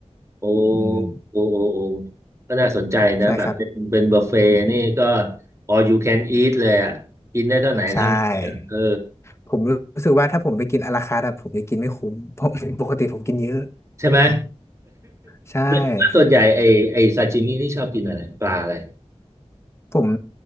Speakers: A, on the right; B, on the left.
A: โอ้
B: อืม
A: โอ้โอ้ โอ้ ก็น่าสนใจนะแบบเป็นเป็นบุฟเฟ่ต์นี่ก็
B: ใช่ครับ
A: all you can eat เลยอ่ะ กินได้เท่าไหนเท่านั้นอะเออ
B: ใช่ผมรู้สึกว่าถ้าผมไปกินอาราคาร์ทอะผมจะกินไม่คุ้มเพราะ <laughs> ปกติผมกินเยอะ
A: ใช่ไหม
B: ใช่
A: <laughs> ส่วนใหญ่ไอไอซาชิมินี่ชอบกินอะไรปลาอะไร
B: ผม